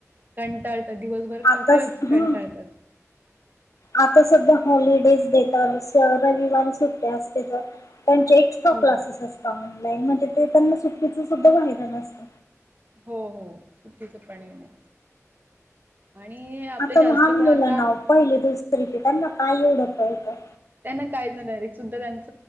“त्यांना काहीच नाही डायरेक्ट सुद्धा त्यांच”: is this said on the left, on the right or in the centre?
Right